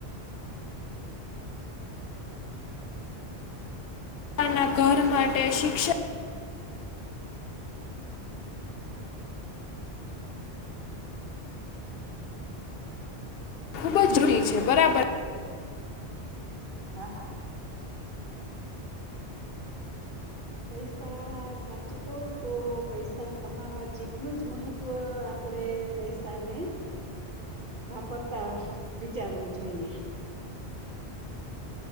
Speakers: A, on the left; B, on the right.
A: ના ઘર માટે શિક્ષણ ખૂબ જ જરૂરી છે, બરાબર
B: હા હા પૈસા સાચું કવું તો પૈસા કમાવા જેટલું જ મહત્વ, આપડે આપડે પૈસાને વાપરતા વિચારવું જોઈએ,